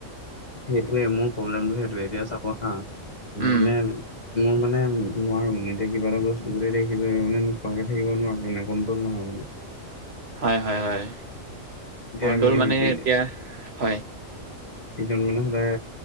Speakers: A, on the left; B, on the right.
A: সেইটোয়ে মোৰ প্ৰব্লেমটো সেইটোয়ে এতিয়া চাব হা,
B: উম
A: মানে মোৰ মানে নোৱাৰো মানে এতিয়া কিবা এটা বস্তু যদি দেখিছো মানে নোখোৱাকে থাকিব নোৱাৰো মানে কণ্ট্ৰল নহয়
B: হয়, হয়, হয়
A: এতিয়া
B: কণ্ট্ৰল
A: আমি
B: মানে এতিয়া, হয়।
A: <unintelligible> মানে সদায়